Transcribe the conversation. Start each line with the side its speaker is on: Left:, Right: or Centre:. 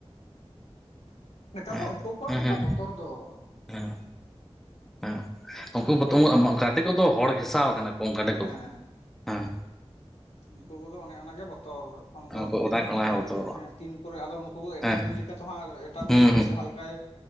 Left: ᱾ ᱱᱮᱛᱟᱨ
Centre: ᱦᱮᱸ
Left: ᱫᱚ ᱩᱱᱠᱩ ᱠᱚᱣᱟᱜ
Centre: ᱦᱮᱸ
Left: ᱜᱮᱛᱚ
Centre: ᱦᱮᱸ
Left: ᱵᱚᱛᱚᱨ ᱫᱚ ᱾
Centre: ᱦᱮᱸ ᱦᱮᱸ ᱩᱱᱠᱩ ᱜᱟᱹᱰᱤ ᱠᱚᱫᱚ ᱦᱚᱲ ᱜᱷᱮᱥᱟᱣ ᱠᱟᱱᱟ ᱠᱚ ᱾ ᱠᱚᱝ ᱜᱟᱸᱰᱮ ᱠᱚᱫᱚ
Left: ᱦᱮᱸ
Centre: ᱦᱮᱸ
Left: ᱩᱱᱠᱩ ᱠᱚᱫᱚ ᱚᱱᱮ ᱚᱱᱟᱜᱮ ᱵᱚᱛᱚᱨ ᱮᱠᱷᱚᱱ ᱫᱚ
Centre: ᱩᱱᱠᱩ ᱚᱱᱟ ᱚᱱᱟ ᱦᱚᱸᱛᱚ
Left: ᱦᱮᱸ ᱛᱤᱱ ᱟᱫᱚ ᱱᱩᱠᱩ ᱠᱚ ᱮᱴᱟᱜ
Centre: ᱦᱮᱸ
Left: ᱵᱤᱧ ᱞᱮᱠᱟ ᱛᱚ ᱦᱟᱸᱜ ᱮᱴᱟᱜ
Centre: ᱦᱩᱸ
Left: ᱵᱤᱧ ᱫᱚ ᱡᱟᱦᱟ ᱞᱮᱠᱟᱭ